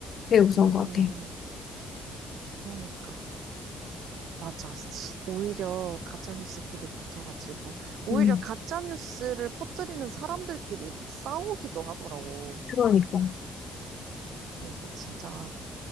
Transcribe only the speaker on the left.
되게 무서운
것 같아.
음,
그러니까.